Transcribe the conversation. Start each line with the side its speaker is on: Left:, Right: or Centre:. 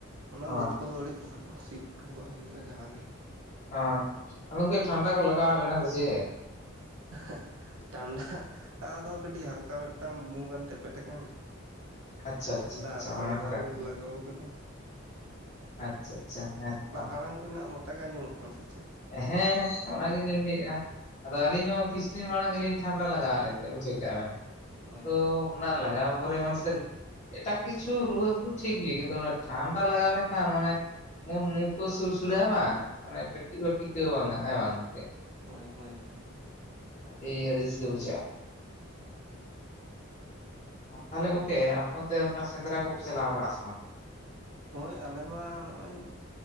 Right: ᱚᱱᱟ
Left: ᱦᱳᱭ
Right: ᱵᱟᱹᱫᱽ ᱠᱚ ᱟᱹᱨᱤ ᱯᱩᱴᱩᱨ ᱥᱤ ᱯᱩᱴᱩᱨ ᱠᱟᱜ ᱦᱩᱭᱩᱜ-ᱟ ᱡᱟᱦᱟᱸᱜᱮ
Left: ᱟᱹᱭ ᱟᱫᱚ ᱜᱚᱢᱠᱮ ᱴᱷᱟᱱᱰᱟ ᱠᱚ ᱞᱟᱜᱟᱣ ᱟᱫ ᱵᱮᱱᱟ ᱥᱮ ᱪᱮᱫ
Right: <unintelligible> ᱴᱟᱱᱰᱟᱦ ᱟᱫᱚ ᱠᱟᱹᱴᱤᱡ ᱦᱟᱞᱠᱟ ᱢᱤᱫᱴᱟᱝ ᱢᱩ ᱜᱟᱱ ᱛᱮᱯᱮᱫ ᱟᱠᱟᱱ
Left: ᱟᱪᱪᱷᱟ ᱟᱪᱪᱷᱟ
Right: ᱴᱷᱟᱱᱰᱟ
Left: ᱟᱪᱪᱷᱟ
Right: ᱦᱟᱨᱠᱟ
Left: ᱚᱱᱟ
Right: ᱞᱟᱜᱟᱣ
Left: ᱦᱚᱸ ᱠᱟᱛᱷᱟ ᱜᱮ᱾
Right: ᱞᱟᱜᱟᱣ ᱠᱟᱱᱟ
Left: ᱟᱪᱪᱷᱟ ᱟᱪᱪᱷᱟ ᱦᱮᱸᱛᱚ
Right: ᱟᱲᱟᱝ ᱠᱚᱱᱟᱜ ᱢᱚᱴᱟ ᱜᱮ ᱟᱸᱡᱚᱢᱚᱜ ᱠᱟᱱᱟ ᱥᱮ ᱪᱮᱫ
Left: ᱦᱮᱸ ᱦᱮᱸ ᱚᱱᱟ ᱜᱮᱞᱤᱧ ᱞᱟᱹᱭᱮᱫ-ᱟ ᱟᱫᱚ ᱟᱹᱞᱤᱧ ᱦᱚᱸ ᱠᱤᱥᱩᱫᱤᱱ ᱢᱟᱲᱟᱝ ᱜᱮᱞᱤᱧ ᱴᱷᱟᱱᱰᱟ ᱞᱟᱜᱟᱣᱟᱫ ᱞᱤᱧ ᱛᱟᱦᱮᱱᱟ ᱵᱩᱡᱷᱟᱹᱣ ᱠᱮᱫ ᱵᱮᱱ
Right: ᱦᱳᱭ
Left: ᱛᱚ
Right: ᱦᱳᱭ
Left: ᱚᱱᱟ ᱞᱟᱜᱟᱣ ᱯᱚᱨᱮ ᱢᱟᱱ <unintelligible> ᱮᱴᱟᱜ ᱠᱤᱪᱩ ᱨᱩᱣᱟᱹ ᱦᱟᱹᱥᱩ ᱴᱷᱤᱠ ᱜᱮᱭᱟ ᱠᱤᱱᱛᱩ ᱚᱱᱮ ᱴᱷᱟᱱᱰᱟ ᱞᱟᱜᱟᱣ ᱞᱮᱠᱷᱟᱱ ᱢᱟᱱᱮ ᱮᱢᱚᱱ ᱢᱩ ᱠᱚ ᱥᱩᱲᱥᱩᱲᱟᱹᱜ-ᱟ ᱵᱟᱝ ᱢᱟᱱᱮ ᱠᱟᱹᱴᱤᱡ ᱦᱚᱸ ᱴᱤᱠᱟᱹᱣ ᱵᱟᱝ ᱜᱟᱱᱚᱜ ᱟ ᱦᱮ ᱵᱟᱝ ᱜᱚᱝᱠᱮ
Right: ᱦᱳᱭ ᱦᱳᱭ ᱦᱳᱭ
Left: ᱟᱹᱰᱤ ᱟᱹᱲᱤᱥ ᱜᱮ ᱵᱩᱡᱷᱟᱹᱜᱼᱟ ᱛᱟᱦᱚᱞᱮ ᱜᱚᱝᱠᱮ ᱟᱯᱮ ᱚᱱᱛᱮ ᱚᱱᱠᱟ ᱥᱮᱸᱫᱽᱨᱟ ᱠᱚᱯᱮ ᱪᱟᱞᱟᱣ ᱵᱟᱲᱟᱜ-ᱟ ᱥᱮ ᱵᱟᱝ
Right: ᱦᱳᱭ ᱟᱞᱮ ᱢᱟ ᱱᱚᱜ-ᱚᱭ